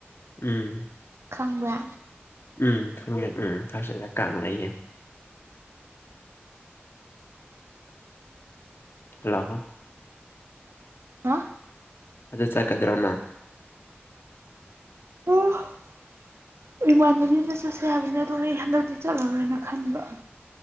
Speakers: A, on the left; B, on the right.
A: ꯎꯝ
B: ꯈꯪꯕ꯭ꯔꯥ
A: ꯎꯝ ꯈꯪꯉꯦ ꯎꯝ ꯊꯔ꯭ꯁꯗꯗꯥ ꯀꯥꯡ ꯂꯩꯌꯦ ꯍꯜꯂꯣ
B: ꯍꯥ
A: ꯑꯗꯨ ꯆꯠꯀꯗ꯭ꯔꯣ ꯅꯪ
B: <unintelligible> ꯏꯃꯥꯏꯅꯕꯤꯅ ꯆꯠꯁꯦ ꯍꯥꯏꯕꯅꯤꯅ ꯑꯗꯨ ꯑꯩ ꯍꯟꯗꯛꯇꯤ ꯆꯠꯂꯔꯣꯏꯅ ꯈꯟꯕ